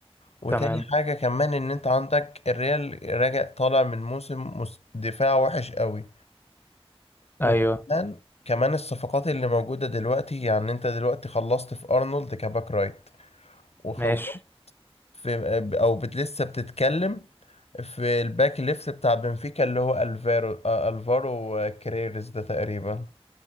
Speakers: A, on the left; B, on the left.
A: وتاني
B: تمام
A: حاجة كمان ان انت عندك الريال راجع طالع من موسم مس- دفاع وحش قوي وكمان
B: ايوه
A: كمان الصفقات اللي موجودة دلوقتي يعني انت دلوقتي خلصت في ارنولد كباك رايت وخلصت
B: ماشي
A: في او بت لسه بتتكلم في الباك ليفت بتاع بنفيكا اللي هو الفارو آه، الفارو كريرز ده تقريبا